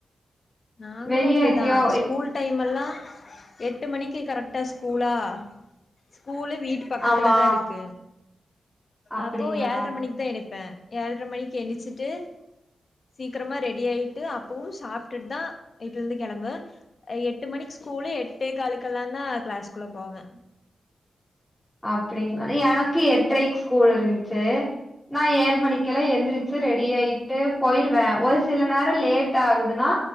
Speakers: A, on the left; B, in the centre.
A: நாங்களு
B: வெளிய
A: அப்டிதா
B: எங்கேயோ
A: ஸ்கூல்
B: இப்
A: டைமெல்லா எட் எட்டு மணிக்கு கரெக்டா ஸ்கூலா ஸ்கூலு வீட்டு பக்கத்துலதா
B: ஆமா
A: இருக்கு
B: அப்டிங்களா
A: அப்போ ஏழ்ர மணிக்தா எரிப்பே ஏழ்ர மணிக்கு எணிச்சிட்டு சீக்ரமா ரெடி ஆயிட்டு அப்பவு சாப் ட்டுட்டு தா வீட்லுருந்து கெளம்புவே எட்டு மணிக்கு ஸ்கூலு எட்டேகாலுக்கெல்லாந்தான் கிளாஸ்க்குள்ள போவ
B: அப்படிங்க் எனக்கு எட்டரைக் ஸ்கூல் இருந்துச்சு நா ஏழு மணிக் க்கெலா எந்திரிச்சு ரெடி ஆயிட்டு போயிருவே ஒரு சில நேர லேட்டாகுதுன்னா